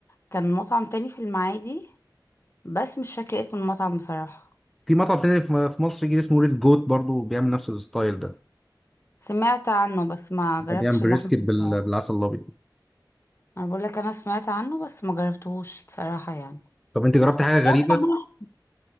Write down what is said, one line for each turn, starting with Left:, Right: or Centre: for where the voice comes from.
Left: كان مطعم تاني في المعادي بس مش فاكره اسم المطعم بصراحه
Centre: في مطعم تاني في في مصر جديد اسمه ريد جوت برضو بيعمل نفس الستايل ده
Left: سمعت عنه بس ما جربتش
Centre: بيعمل بريسكت
Left: اللحمه
Centre: بال-
Left: بتاعه
Centre: بالعسل الابيض
Left: انا بقول لك انا سمعت عنه بس ما جربتهوش بصراحه يعني
Centre: طب انت جربت حاجة
Left: <laughs>
Centre: غريبة؟